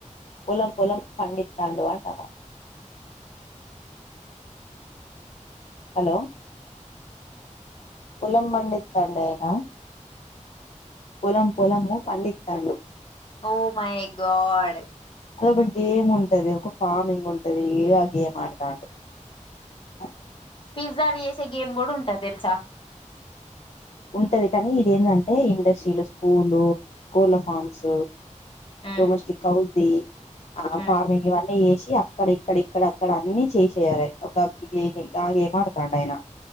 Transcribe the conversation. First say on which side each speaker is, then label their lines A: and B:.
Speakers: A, on the left; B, on the left.
A: పొలం పొలం పండితాండు అంటున్న హలో పొలం పండితాం డాయనా పొలం పొలము పండితాండు
B: ఓ మై గాడ్
A: అది ఒక గేమ్ ఉంటది. ఒక ఫార్మింగ్ ఉంటది. ఏదో ఆ గేమ్ ఆడతాండు. <inaudible>
B: పిజ్జాలు చేసే గేమ్ గూడా ఉంటది దెలుసా
A: ఉంటది కానీ ఇది ఏంటంటే ఇండస్ట్రీలు స్కూలు కోళ్ళ ఫామ్స్
B: ఉమ్,
A: డొమెస్టిక్ హౌస్ ఆ
B: ఉమ్.
A: ఫార్మింగ్ ఇవన్నీ చేసి అక్కడ ఇక్కడ ఇక్కడ అక్కడ అన్నిీ చేసయార ఒక గా ఏ ఆడుతాడు ఆయన